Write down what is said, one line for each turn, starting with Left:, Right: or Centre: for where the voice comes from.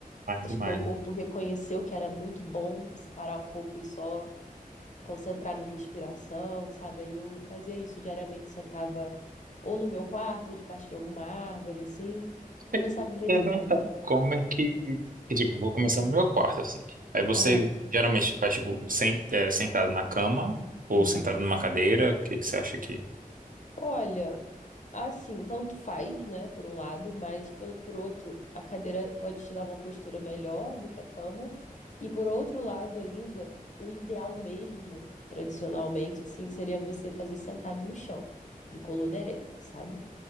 Right: mais
Left: Acho
Right: demais.
Left: que meu corpo reconheceu que era muito bom você parar um pouco e só concentrar na respiração, sabe? Aí eu fazia isso diariamente, sentava ou no meu quarto ou debaixo de alguma árvore, assim, começava
Right: Eu
Left: a meditar.
Right: queria Perguntar como é que, que, tipo, eu vou começar
Left: Uhum.
Right: no meu quarto, assim. Aí você
Left: Aham.
Right: geralmente faz, tipo, sen- é, sentado na cama ou
Left: Uhum.
Right: sentado numa cadeira, o que que você acha que
Left: Olha, Assim, tanto faz, né, por um lado, mas pelo, por outro, a cadeira pode te dar uma postura melhor do que a cama. E por outro lado ainda, o ideal mesmo, tradicionalmente, assim, seria você fazer sentado no chão, de coluna ereta, sabe?